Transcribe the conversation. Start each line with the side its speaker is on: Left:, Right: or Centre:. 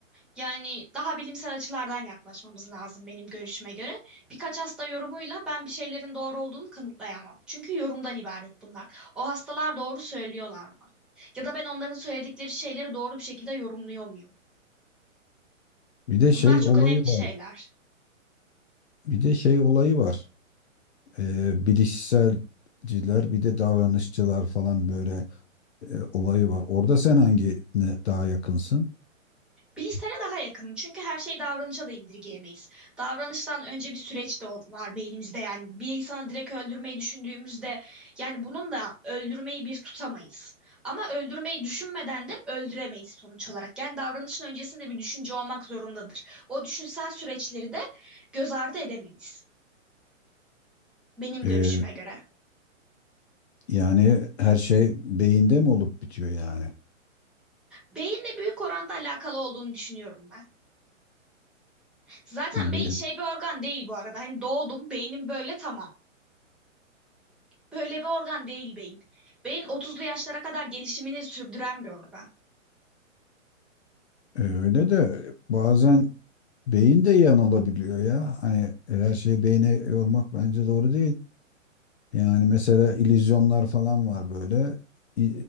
Centre: Yani daha bilimsel açılardan yaklaşmamız lazım benim görüşüme göre. Birkaç hasta yorumuyla ben bir şeylerin doğru olduğunu kanıtlayamam. Çünkü yorumdan ibaret bunlar. O hastalar doğru söylüyorlar mı? Ya da ben onların söyledikleri şeyleri doğru bir şekilde yorumluyor muyum?
Left: Bir de şey
Centre: Bunlar çok
Left: olayı
Centre: önemli
Left: var.
Centre: şeyler.
Left: Bir de şey olayı var. Ee, bilişselciler bir de davranışçılar falan böyle e, olayı var. Orada sen hangine daha yakınsın?
Centre: Bilişsele daha yakınım çünkü her şeyi davranışa da indirgeyemeyiz. Davranıştan önce bir süreç de ol- var beynimizde yani bir insanı direkt öldürmeyi düşündüğümüzde yani bunun da öldürmeyi bir tutamayız. Ama öldürmeyi düşünmeden de öldüremeyiz sonuç olarak. Yani davranışın öncesinde bir düşünce olmak zorundadır. O düşünsel süreçleri de göz ardı edemeyiz benim
Left: Ee,
Centre: görüşüme göre.
Left: Yani her şey beyinde mi olup bitiyor yani?
Centre: Beyinle büyük oranda alakalı olduğunu düşünüyorum ben. Zaten
Left: Ha, be-
Centre: beyin şey bir organ değil bu arada. Hani doğdum, beynim böyle tamam. Böyle bir organ değil beyin. Beyin 30'lu yaşlara kadar gelişimini sürdüren bir organ.
Left: e, Öyle de bazen beyin de yanılabiliyor ya. Hani e, her şeyi beyne yormak bence doğru değil. Yani mesela illüzyonlar falan var böyle. İ-